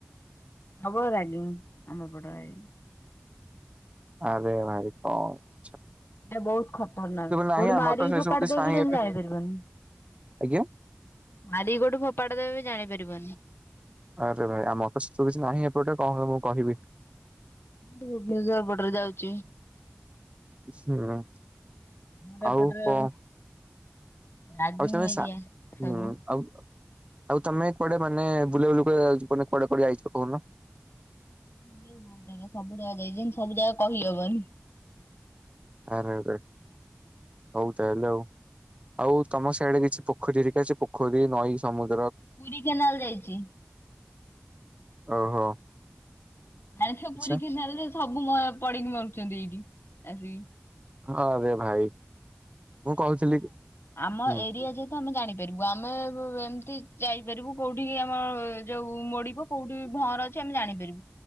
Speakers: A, on the left; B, on the right.
A: ହବ ଲାଗି। <unintelligible> <inaudible>
B: ଆରେ ଭାଇ କ। <unintelligible>
A: ଏଇଟ ବହୁତ ଖତରନାକ
B: ନାହିଁ
A: କୋଉଠି
B: ଆମର
A: ମାରିକି
B: ତ ସେ
A: ଫୋପାଡି
B: ସବୁ କିଛି
A: ଦେବ
B: ନାହିଁ
A: <unintelligible>
B: ଏବେ
A: ଜାଣିପାରିବନି
B: ଆଜ୍ଞା
A: ମାରିକି କୋଉଠି ଫୋପାଡି ଦେବେ ବି ଜାଣିପାରିବନି।
B: ଆରେ ଭାଇ ଆମର <unintelligible> କିଛି ନାହିଁ ଏପଟେ କଣ ମୁଁ କହିବି।
A: ଭୁବନେଶର <unintelligible> ଯାଉଛି।
B: <unintelligible>
A: ଆମର
B: ଆଉ
A: ଏପଟରେ
B: କହ
A: ରାଗିଂ
B: ଆଉ ତମେ <unintelligible>
A: ଏରିଆ
B: ହୁଁ
A: ସବୁ।
B: ଆଉ ଆଉ ତମେ। କୁଆଡେ ମାନେ <unintelligible> କୁଆଡେ ଯାଇଛି ମାନେ କୁଆଡେ କୁଆଡେ ଯାଇଛ କହୁନ।
A: ବହୁତ ଜାଗା ସବୁ ଜାଗା ଯାଇଛନ୍ତି ସବୁ ଜାଗା କହିହବନି।
B: ଆରେ ଆରେ ହଉ ତାହେଲେ ଆଉ ଆଉ ତମର ସାଇଡ଼େ କିଛି ପୋଖରୀ ହରିକା ଅଛି ପୋଖରୀ ନଈ ସମୁ ।
A: ପୁରୀ କେନାଲ ଯାଇଛି।
B: ଓହୋ।
A: ଜାଣିଛ, ପୁରୀ
B: ଆଚ୍ଛା
A: କେନାଲ୍‌ରେ ସବୁ ମ ପଡ଼ି କି ମରୁଛନ୍ତି ଏଇଠି। ଆରେ।
B: ଆରେ ଭାଇ।
A: <unintelligible>
B: ମୁଁ କହୁଥିଲି କି-
A: ଆମ
B: ହୁଁ
A: ଏରିଆ ଯେହେତୁ ଆମେ ଜାଣିପାରିବୁ ଆମେ ଏମତି। ଯାଇପାରିବୁ କୋଉଠି ଆମ ଯୋଉ ମୋଡିିକ କୋଉଠି ଭଁର ଅଛି ଆମେ ଜାଣିପାରିବୁ